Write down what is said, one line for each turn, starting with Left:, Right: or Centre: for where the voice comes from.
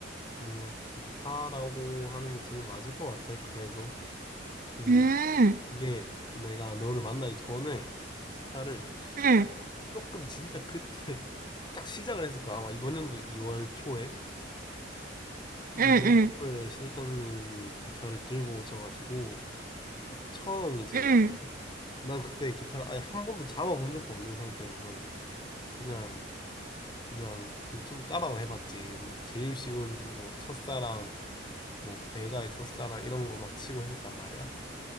Left: 뭔가 기타라고 하는 게 제일 맞을 것 같아. 그래도 음
Right: 응,
Left: 이게 내가 너를 만나기 전에 기타를
Right: 응,
Left: 조금 진짜 그때 <laughs> 딱 시작을 했을 거야. 아마 이번 연도 2월 초에 2월
Right: 응, 응,
Left: 초에 실장님이 기타를 들고 오셔가지고 딱 처음 이제
Right: 응,
Left: 난 그때 기타를 아예 한 번도 잡아본 적도 없는 상태에서 이제 그냥 그냥 유튜브 따라와 해봤지 뭐 제일 쉬운 뭐 첫사랑 뭐 배가의 첫사랑 이런 거 막 치고 했었단 말이야